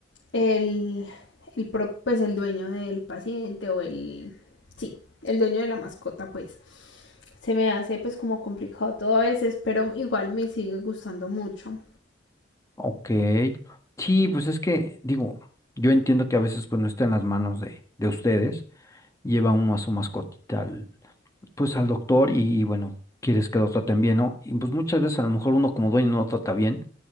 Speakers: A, on the left; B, on the left.
A: el, el pro- pues el dueño del paciente o el sí, el dueño de la mascota, pues se me hace pues como complicado todo a veces, pero igual me sigue gustando mucho.
B: ok. Sí, pues es que, digo, yo entiendo que a veces pues no está en las manos de, de ustedes. Lleva uno a su mascotita pues al doctor y, y, bueno, quieres que lo traten bien, ¿no? Y pues muchas veces a lo mejor uno como dueño no lo trata bien